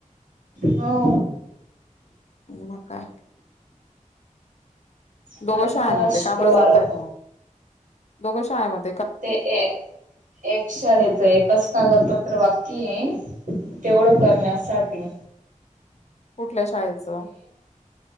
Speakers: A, on the right; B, on the left.
A: हो
B: म काय
A: कारण
B: दोग शाळांमध्ये
A: की आज शुक्रवार
B: का बर जातयत
A: होता
B: म दोघ शाळामध्ये
A: ते ए एक शाळेच एकच कागदपत्र वाग तिये तेवढं करण्यासाटी
B: कुटल्या शाळेचं